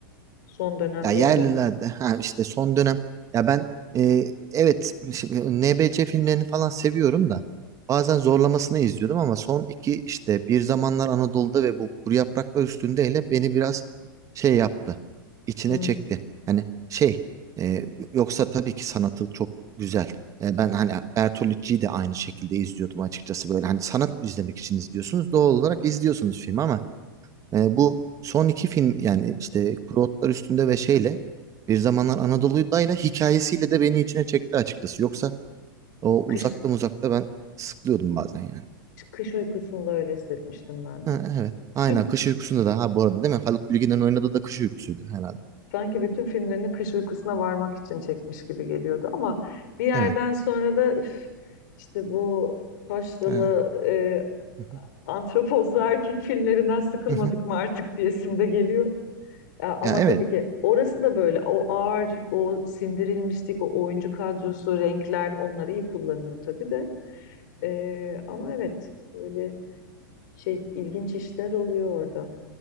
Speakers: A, on the left; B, on the right.
A: Son dönem,
B: Ya
A: yeni
B: yerlilerde
A: dönem.
B: ha işte son dönem ya ben e, evet şimdi NBC filmlerini falan seviyorum da bazen zorlamasına izliyordum ama son iki işte Bir Zamanlar Anadolu'da ve bu Kuru Yapraklar Üstünde'yle beni biraz şey yaptı. içine
A: Hı.
B: çekti. Hani şey e, yoksa tabii ki sanatı çok güzel. E, ben hani Bertolucci'yi de aynı şekilde izliyordum açıkçası böyle. Hani sanat izlemek için izliyorsunuz. Doğal olarak izliyorsunuz filmi ama E, bu son iki film yani işte Kuru Otlar Üstünde ve şeyle Bir Zamanlar Anadolu'dayla hikayesiyle de beni içine çekti açıkçası. Yoksa o
A: Kış,
B: uzakta uzakta ben sıkılıyordum bazen yani.
A: kış uykusunda öyle hissetmiştim ben
B: Ha,
A: de.
B: evet. Aynen
A: Tü-
B: Kış Uykusu'nda da ha bu arada değil mi? Haluk Bilginer'in oynadığı da Kış Uykusu'ydu herhalde.
A: Sanki bütün filmlerini kış uykusuna varmak için çekmiş gibi geliyordu ama bir yerden
B: Evet.
A: sonra da üf, işte bu taşralı
B: Ha.
A: e,
B: Hı hı.
A: antropozlu erkek filmlerinden sıkılmadık
B: Hı hı.
A: mı artık diyesim de geliyor. Ya Ama
B: Ya evet.
A: tabii ki orası da böyle o ağır, o sindirilmişlik, o oyuncu kadrosu, renkler onları iyi kullanıyor tabii de. Ee, ama evet böyle şey ilginç işler oluyor orada.